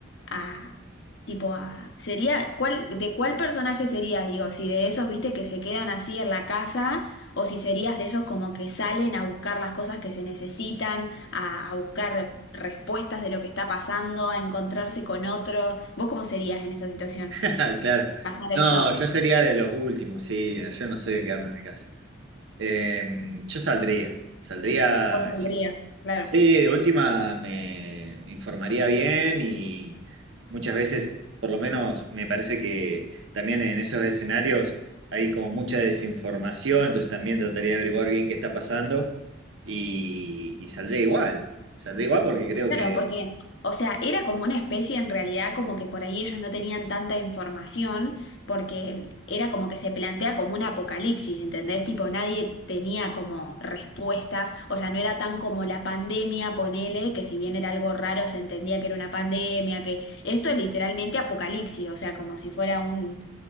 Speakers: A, on the left (about 60°); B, on the right (about 70°).
A: a, tipo a, sería, cuál, de cuál personaje serías? Digo, si de esos, viste, que se quedan así en la casa, o si serías de esos como que salen a buscar las cosas que se necesitan, a, a buscar respuestas de lo que está pasando, a encontrarse con otros. ¿Vos cómo serías en esa situación?
B: <laughs> Claro.
A: Pasar esto.
B: No, yo sería de los últimos, sí. Yo no soy de quedarme en mi casa. Eh, yo saldría. Saldría,
A: Vos saldrías,
B: si
A: claro.
B: Sí, de última me informaría bien y muchas veces, por lo menos me parece que también en esos escenarios hay como mucha desinformación, entonces también trataría de averiguar bien qué está pasando y, y saldría igual, Saldré igual porque creo
A: Claro,
B: que...
A: porque, o sea, era como una especie en realidad como que por ahí ellos no tenían tanta información, porque era como que se plantea como un apocalipsis, ¿entendés? Tipo, nadie tenía como respuestas, o sea, no era tan como la pandemia, ponele, que si bien era algo raro se entendía que era una pandemia, que esto es literalmente apocalipsis, o sea, como si fuera un,